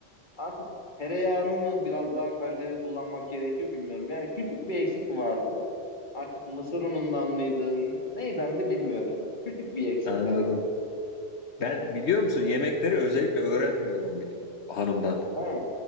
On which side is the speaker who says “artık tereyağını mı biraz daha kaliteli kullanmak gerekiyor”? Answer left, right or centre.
Left